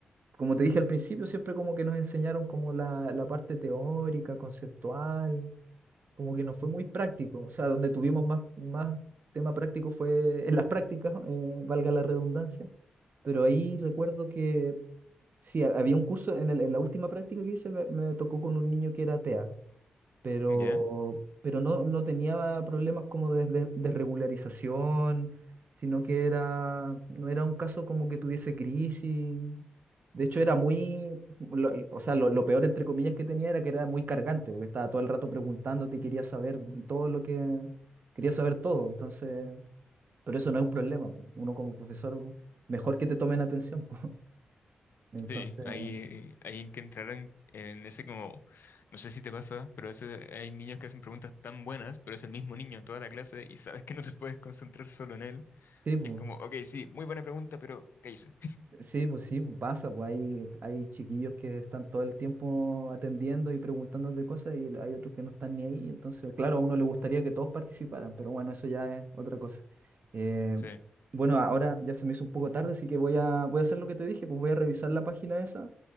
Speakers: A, on the right; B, on the left.
A: como te dije al principio, siempre como que nos enseñaron como la, la parte teórica, conceptual, como que no fue muy práctico. O sea, donde tuvimos más, más tema práctico fue en las prácticas, eh, valga la redundancia, pero ahí recuerdo que... Sí, ha- había un curso en, el- en la última práctica que hice, me, me tocó con un niño que era TEA pero,
B: ¿Ya?
A: pero no, no tenía problemas como de, de- de regularización, sino que era, no era un caso como que tuviese crisis. De hecho, era muy, lo- o sea, lo, lo peor entre comillas que tenía era que era muy cargante, porque estaba todo el rato preguntándote y quería saber todo lo que, quería saber todo. Entonces, pero eso no es un problema. po. Uno como profesor, mejor que te tomen atención. po. <laughs> Entonces,
B: Sí, ahí, ahí hay que entrar en, en ese como, no sé si te pasa, pero a veces hay niños que hacen preguntas tan buenas, pero es el mismo niño en toda la clase y sabes que no te puedes concentrar solo en él.
A: sí, pues.
B: Y es como, ok, sí, muy buena pregunta, pero ¿qué hice?
A: Sí, pues sí, pues pasa, pues hay, hay chiquillos que están todo el tiempo atendiendo y preguntando de cosas y hay otros que no están ni ahí, entonces, claro, a uno le gustaría que todos participaran, pero bueno, eso ya es otra cosa. Eh,
B: Sí,
A: bueno, ahora ya se me hizo un poco tarde, así que voy a, voy a hacer lo que te dije, pues voy a revisar la página esa.